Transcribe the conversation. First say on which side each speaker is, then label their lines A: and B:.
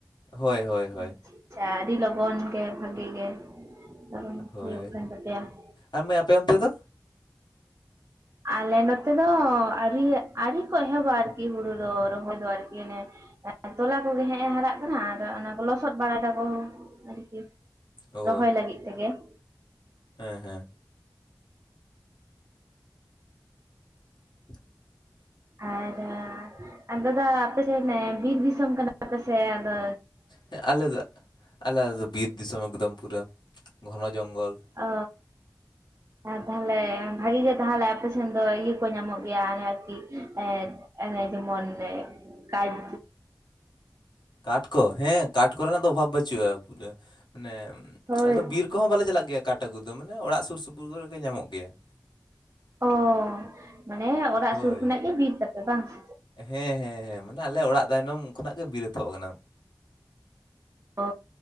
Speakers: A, on the left; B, on the right.
A: ᱦᱳᱭ
B: ᱾
A: ᱦᱳᱭ ᱦᱳᱭ
B: ᱟ ᱟᱹᱰᱤ ᱞᱚᱜᱚᱱ ᱜᱮ ᱵᱷᱟᱜᱤ ᱜᱮ ᱞᱚᱱ <inaudible>
A: ᱦᱳᱭ
B: ᱦᱩᱭᱩᱜ ᱠᱟᱱ ᱛᱟᱯᱮᱭᱟ ᱾
A: ᱟᱨ ᱢᱟᱹᱭ ᱟᱯᱮ ᱚᱱᱛᱮ ᱫᱚ?
B: ᱟᱞᱮ ᱱᱚᱛᱮ ᱫᱚ ᱟᱹᱣᱨᱤ ᱟᱹᱣᱨᱤ ᱠᱚ ᱮᱦᱚᱵᱟ ᱟᱨᱠᱤ ᱦᱩᱲᱩ ᱫᱚ ᱨᱚᱦᱚᱭ ᱫᱚ ᱟᱨᱠᱤ ᱾ <inaudible> ᱛᱚᱞᱟ ᱠᱚᱜᱮ ᱦᱮᱸᱜᱼ ᱮ ᱦᱟᱨᱟᱜ ᱠᱟᱱᱟ ᱟᱫᱚ ᱚᱱᱟᱼᱼ ᱞᱚᱥᱚᱫ ᱵᱟᱲᱟᱭ ᱫᱟᱠᱚ, ᱟᱨᱠᱤ
A: ᱚ
B: ᱨᱚᱦᱚᱭ ᱞᱟᱹᱜᱤᱫ ᱛᱮᱜᱮ ᱾
A: ᱦᱮᱸ ᱦᱮᱸ <inaudible>
B: ᱟᱨ ᱫᱟᱫᱟ, ᱟᱯᱮ ᱫᱚ ᱟᱯᱮ ᱥᱮᱱ ᱵᱤᱨ ᱫᱤᱥᱚᱢ ᱠᱟᱱᱟᱯᱮ ᱥᱮ ᱟᱫᱚᱼᱼ
A: ᱦᱮᱸ ᱟᱞᱮ ᱫᱚ, ᱟᱞᱮ ᱵᱤᱨ ᱫᱤᱥᱚᱢ ᱮᱠᱫᱚᱢ ᱯᱩᱨᱟᱹ ᱜᱷᱚᱱᱚ ᱡᱚᱝᱜᱚᱞ ᱾
B: ᱚ ᱟᱨ ᱛᱟᱦᱞᱮ ᱵᱷᱟᱜᱤ ᱜᱮ ᱛᱟᱦᱞᱮ ᱟᱯᱮ ᱥᱮᱱ ᱫᱚ ᱤᱭᱟᱹ ᱠᱚ ᱧᱟᱢᱚᱜ ᱜᱮᱭᱟ ᱟᱨᱠᱤ ᱮᱼᱼ ᱮ ᱡᱮᱢᱚᱱ ᱠᱟ <inaudible>
A: ᱠᱟᱴᱠᱚ ᱦᱮᱸ ᱠᱟᱴ ᱠᱚ ᱨᱮᱱᱟᱜ ᱫᱚ ᱚᱵᱷᱟᱵᱽ ᱵᱟᱹᱪᱩᱜᱼᱟ, ᱢᱟᱱᱮᱼᱼ
B: ᱦᱳᱭ
A: ᱟᱞᱮ ᱫᱚ ᱵᱤᱨ ᱠᱚᱦᱚᱸ ᱵᱟᱞᱮ ᱪᱟᱞᱟᱜ ᱜᱮᱭᱟ ᱠᱟᱴ ᱟᱹᱜᱩ ᱫᱚ ᱢᱟᱱᱮ ᱚᱲᱟᱜ ᱥᱩᱨ ᱥᱩᱯᱩᱨ ᱠᱚᱨᱮᱜᱮ ᱧᱟᱢᱚᱜ ᱜᱮᱭᱟ ᱾
B: ᱚᱻ, ᱢᱟᱱᱮ ᱚᱲᱟᱜ
A: ᱦᱳᱭ
B: ᱥᱩᱨ ᱠᱷᱚᱱᱟᱜ ᱜᱮ ᱵᱤᱨ ᱛᱟᱯᱮ ᱵᱟᱝ ᱾
A: ᱦᱮᱸ ᱦᱮᱸ ᱦᱮᱸ, ᱢᱟᱱᱮ ᱟᱞᱮ ᱚᱲᱟᱜ ᱛᱟᱭᱱᱚᱢ ᱠᱷᱚᱱᱟᱜ ᱜᱮ ᱵᱤᱨ ᱮᱛᱚᱦᱚᱵ ᱠᱟᱱᱟ ᱾
B: ᱚ